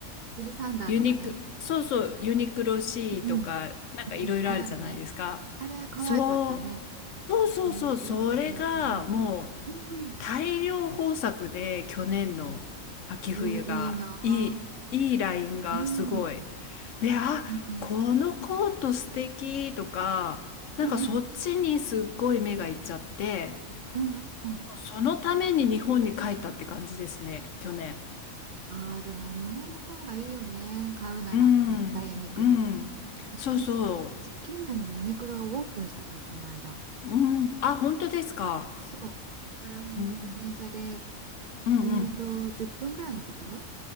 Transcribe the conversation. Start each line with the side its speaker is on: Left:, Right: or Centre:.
Right: ジルサンダーとかね。
Left: ユニク、そうそう、ユニクロ C
Right: うん。
Left: とか、なんかいろいろあるじゃないですか。
Right: うんうん。あるね。あれ、可愛かったね。
Left: そう、そうそうそう、
Right: ユニクロ
Left: それがもう
Right: C、可愛かった。うんうん。
Left: 大量豊作で去年の秋冬がいい、
Right: えー、いいなあ。
Left: いいラインがすごい。
Right: うん。うん
Left: で、あ、
Right: うん。
Left: このコート素敵とか、
Right: うんうん。
Left: なんかそっちにすっごい目がいっちゃって、
Right: うんうんうん。
Left: そのために日本に帰ったって感じですね、去年。
Right: ああ、でも日本の方がいいよね。買うなら、
Left: うん、
Right: 絶対ユニクロ。
Left: うん。
Right: うちの近く、
Left: そうそう。
Right: 近所にもユニクロがオープンしたのよ、この間。
Left: うん。あ、本当ですか。
Right: そう。ここから本当自転車で、
Left: うん。うんうん。
Right: えっと、10分ぐらいのところ